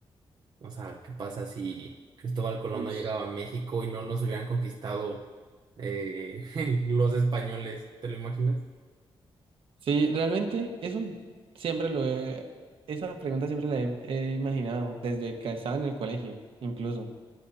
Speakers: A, on the right; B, on the right.
A: O sea, ¿qué pasa si Cristóbal Colón
B: Uy,
A: no llegaba a México y no nos hubieran conquistado eh, <laughs> los españoles? ¿Te lo imaginas?
B: Sí, realmente eso siempre lo he, esa pregunta siempre la he, he imaginado, desde que estaba en el colegio, incluso.